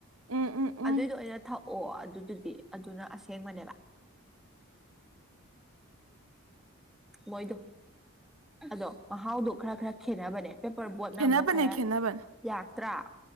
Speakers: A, on the right (about 85°); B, in the centre.
A: ꯎꯝ ꯎꯝ ꯎꯝ
B: ꯑꯗꯨꯏꯗꯣ ꯑꯣꯏꯅ ꯊꯛ ꯑꯣ ꯑꯗꯨꯗꯨꯗꯤ ꯑꯗꯨꯅ ꯑꯁꯦꯡꯕꯅꯦꯕꯥ ꯃꯣꯏꯗꯣ ꯑꯗꯣ ꯃꯍꯥꯎꯗꯣ ꯈ꯭ꯔ ꯈ꯭ꯔ ꯈꯦꯠꯅꯕꯅꯦ ꯄꯦꯄꯔ ꯕꯣꯠꯅ
A: ꯈꯦꯠꯅꯕꯅꯦ
B: ꯑꯃꯨꯛ ꯈ꯭ꯔ
A: ꯈꯦꯠꯅꯕꯅꯦ
B: ꯌꯥꯛꯇ꯭ꯔꯥ